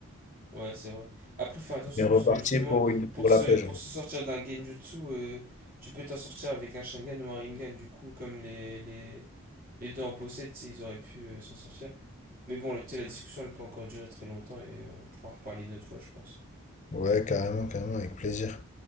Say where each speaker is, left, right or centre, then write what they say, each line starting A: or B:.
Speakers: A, on the right; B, on the left.
A: Ouais, c'est vrai. Après, fais attention
B: Il est reparti
A: parce que justement,
B: pour, une,
A: pour
B: pour
A: se,
B: la paix,
A: pour
B: genre.
A: se sortir d'un Genjutsu, euh, tu peux t'en sortir avec un Sharingan ou un Rinnegan. Du coup, comme les, les, les deux en possèdent, tu sais, ils auraient pu euh, s'en sortir. Mais bon, la discussion, elle peut encore durer très longtemps et on pourra en reparler une autre fois, je pense.
B: Ouais, carrément, carrément, avec plaisir.